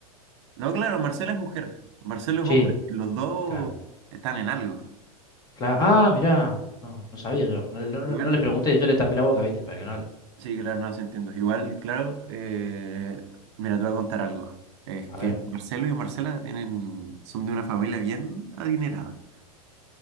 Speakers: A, on the right; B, on the left.
A: No, claro, Marcela es mujer, Marcelo es
B: Sí,
A: hombre. y Los dos
B: claro.
A: están en algo.
B: Claro. Ah, mirá. No, no sabía yo. No, no, no-
A: Igual,
B: no les pregunté. Yo les tapé la boca, ¿viste? Para que no hable.
A: sí, claro, no, se entiendo. Igual, claro, eh, mira, te voy a contar algo. Es
B: A
A: que
B: ver.
A: Marcelo y Marcela tienen, son de una familia bien adinerada.